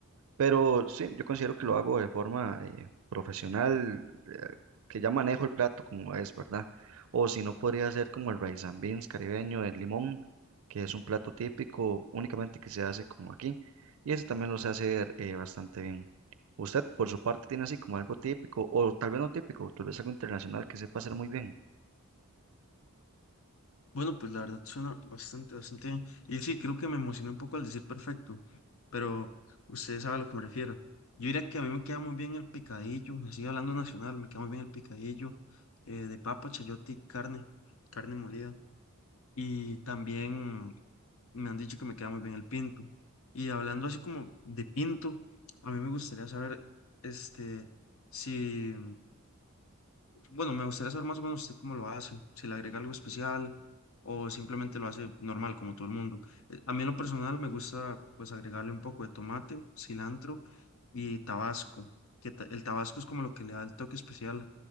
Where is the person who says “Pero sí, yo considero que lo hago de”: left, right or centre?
Right